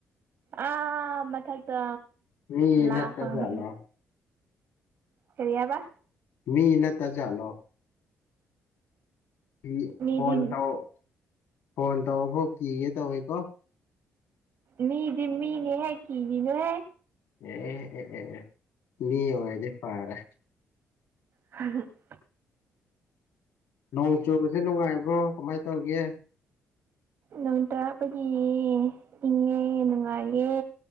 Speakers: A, on the right (about 65°); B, on the left (about 80°).
A: ꯑꯥ ꯃꯊꯛꯇ
B: ꯃꯤ
A: ꯂꯥꯛꯄꯅꯤ
B: ꯅꯠꯇ ꯖꯥꯠꯂꯣ
A: ꯀꯔꯤ ꯍꯥꯏꯕ
B: ꯃꯤ ꯅꯠꯇꯖꯥꯠꯜꯣ ꯏ
A: ꯃꯤꯗꯤ
B: ꯐꯣꯟ ꯇꯧ ꯐꯣꯟ ꯇꯧꯑꯣꯀꯣ ꯀꯤꯒꯦ ꯇꯧꯋꯦꯀꯣ
A: ꯃꯤꯗꯤ ꯃꯤꯅꯤꯍꯦ ꯀꯤꯒꯤꯅꯨ ꯍꯦ
B: ꯑꯦ ꯑꯦ ꯑꯦ ꯑꯦ ꯑꯦ ꯃꯤ ꯑꯣꯏꯔꯗꯤ ꯐꯔꯦ
A: ꯫ <unintelligible>
B: ꯅꯣꯡ ꯆꯨꯕꯖꯦ ꯅꯨꯡꯉꯥꯏꯕ꯭ꯔꯣ ꯀꯃꯥꯏ ꯇꯧꯒꯦ
A: ꯅꯣꯡ ꯇꯥꯔꯛꯄꯒꯤ ꯏꯪꯉꯦ ꯅꯨꯡꯉꯥꯏꯌꯦ